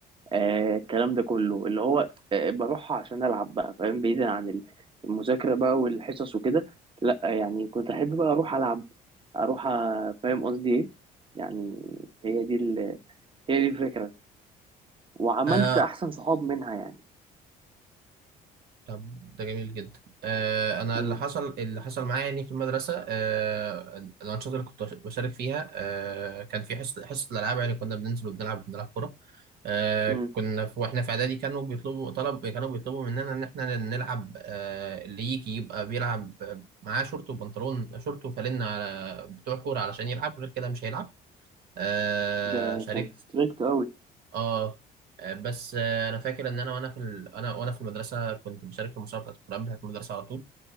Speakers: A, on the right; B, on the right.
A: آه الكلام ده كله اللي هو آه بروحها عشان ألعب بقى فاهم بعيدا عن المذاكرة بقى والحصص وكده لأ يعني كنت أحب بقى أروح ألعب أروح أ- فاهم قصدي إيه يعني هي دي ال... هي دي الفكرة وعملت
B: مم.
A: أحسن صحاب منها يعني
B: طب ده جميل جدا آه، انا
A: مم.
B: اللي حصل اللي حصل معايا يعني في المدرسه آه، الانشطه اللي كنت بشارك فيها آه، كان في حصه حصه الالعاب يعني كنا بننزل وبنلعب بنلعب كوره آه،
A: مم.
B: كنا في واحنا في اعدادي كانوا بيطلبوا طلب كانوا بيطلبوا مننا ان احنا نلعب آه، اللي يجي يبقى بيلعب معاه شورت وبنطلون شورت وفانلة على بتوع كوره علشان يلعب غير كده مش هيلعب آه،
A: ده
B: شاركت
A: كان ستريكت قوي
B: اه آه، بس آه، انا فاكر ان انا وانا في ال... انا وانا في المدرسه كنت بشارك في المسابقه بتاعت القران بتاعت المدرسه على طول